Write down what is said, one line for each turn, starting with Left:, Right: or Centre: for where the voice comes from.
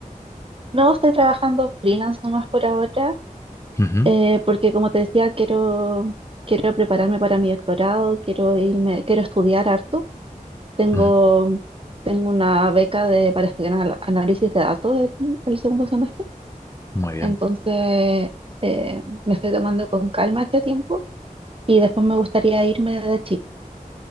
Right: No estoy trabajando freelance nomás por ahora,
Left: Ujú,
Right: Eh, porque como te decía, quiero, quiero prepararme para mi doctorado, quiero irme, quiero estudiar harto. Tengo,
Left: ujú.
Right: tengo una beca de, para estudiar anal- análisis de datos el, el segundo semestre,
Left: Muy bien,
Right: entonces eh, me estoy tomando con calma este tiempo y después me gustaría irme de Chile.